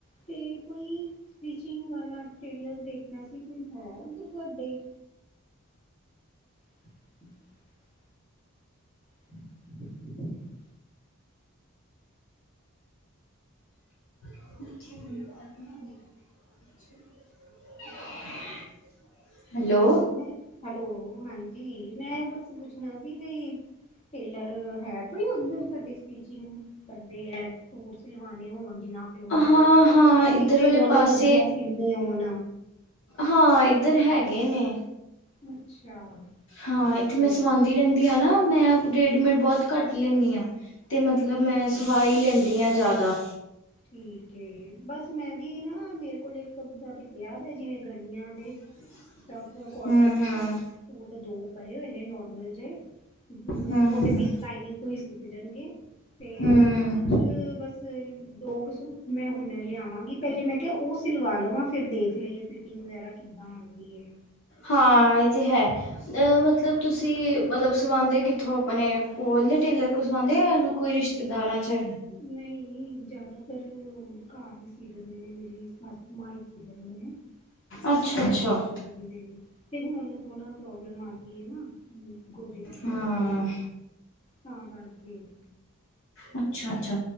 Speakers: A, on the left (about 30°); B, on the left (about 60°).
A: ਤੇ ਕੋਈ ਸਟਿਚਿੰਗ ਵਾਲਾ ਟੇਲਰ ਦੇਖਣਾ ਸੀ ਕੋਈ ਹੈ ਉੱਧਰ ਤੁਹਾਡੇ <inaudible> <inaudible>
B: <unintelligible> ਹੈਲੋ
A: ਹਮ ਮੈਂ ਹੈਲੋ ਹਾਂਜੀ ਮੈਂ ਬਸ ਪੁੱਛਣਾ ਸੀ ਬਈ ਟੇਲਰ ਹੈ ਕੋਈ ਓਧਰ ਤੁਹਾਡੇ ਸਟੀਚਿੰਗ ਕਰਦੇ ਹੈ, ਸੂਟ ਸਿਲਵਾਣੇ ਹੋਣ ਜਿਨਾ ਕੋਲੋ
B: ਹਾਂ
A: ਅੱਛੇ
B: ਹਾਂ
A: ਸਿਦੇ
B: ਇੱਧਰ ਵਾਲੇ
A: ਹੋਣ
B: ਪਾਸੇ
A: ਵਧੀਆ ਸੀਦੇ ਹੋਣ
B: ਹਾਂ ਇੱਧਰ ਹੈਗੇ ਨੇ
A: ਅੱਛਾ।
B: ਹਾਂ
A: ਠੀਕ
B: ਇੱਥੇ ਮੈਂ
A: ਏ
B: ਸਵਾਉਂਦੀ ਰਹਿੰਦੀ ਹ ਨਾ, ਮੈਂ ਰੇਡੀਮੇਡ ਬਹੁਤ ਘੱਟ ਲੈਂਦੀ ਹਾਂ। ਤੇ ਮਤਲਬ ਮੈਂ
A: ਹਾਂ
B: ਸਵਾ ਹੀ ਲੈਂਦੀ ਹਾਂ ਜ਼ਿਆਦਾ।
A: ਠੀਕ ਹੈ ਬਸ ਮੈਂ ਵੀ ਨਾ ਮੇਰੇ ਕੋਲ ਇੱਕਦਾਂ ਤੇ ਪਿਆ ਦਾ ਜਿਵੇਂ ਗਰਮੀਆਂ ਦੇ
B: <inaudible>
A: ਸਟਫ ਕੋਟਨ
B: ਹਮ
A: ਦੇ
B: ਹਮ
A: ਸੂਟ ਦੋ ਪਏ ਹੋਏ ਨੇ ਨੋ ਜੇ ਮਤਲਬ
B: ਹਮ
A: ਉਹਦੇ ਬ ਲਾਈਨਿੰਗ ਤੋਂ ਹੀ ਸਿੱਪ ਜਾਣਗੇ ਤੇ
B: ਹਮ
A: ਕੁਛ ਬਸ ਦੋ ਕੁ ਸੂਟ ਮੈਂ ਹੁਣ ਲਿਆਵਾਂਗੀ ਪਹਿਲੇ ਮੈਂ ਕਿਹਾ ਉਹ ਸਿਲਵਾ ਲਵਾਂ ਫੇਰ ਦੇਖ ਲਈਏ ਫਿਰ ਫਟਿੰਗ ਵਗੈਰਾ ਕਿੱਦਾਂ ਆਉਂਦੀ ਏ
B: ਹਾਂ ਇਹ ਤੇ ਹੈ। ਅ ਮਤਲਬ ਤੁਸੀਂ ਮਤਲਬ ਸਵਾਾਉਂਦੇ ਕਿੱਥੋਂ ਆਪਣੇ ਕੋਲ ਦੇ ਟੇਲਰ ਕੋਲ ਸਵਾਉਂਦੇ ਯਾ ਕੋਈ ਰਿਸ਼ਤੇਦਾਰਾਂ 'ਚ
A: ਨਹੀਂ ਜਿਆਦਾਤਰ ਘਰ ਹੀ ਸੀ ਦਿੰਦੇ ਨੇ ਮੇਰੀ ਸਾਸ ਮਾਂ ਹੀ ਸੀ ਦਿੰਦੇ ਨੇ
B: ਅੱਛਾ
A: ਹਾਂਜੀ
B: ਅੱਛਾ
A: ਕੀ ਹਾਂ ਤੇ ਹੁਣ ਥੋੜਾ ਪ੍ਰੋਬਲਮ ਆ ਗਈ ਹੈ ਨਾ ਗੋਡੇ ਚਲਦੀ
B: ਹਾਂ
A: ਤਾ ਕਰਕੇ
B: ਅੱਛਾ-ਅੱਛਾ।